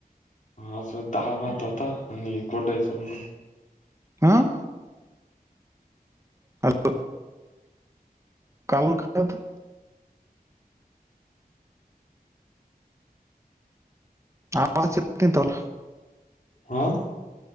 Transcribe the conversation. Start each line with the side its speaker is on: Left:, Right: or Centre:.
Left: आज धाळ भात होता आणि कुरडइचा भुगा.
Right: अं? <unintelligible> <unintelligible> आवाज येत नाही <unintelligible>
Left: आं?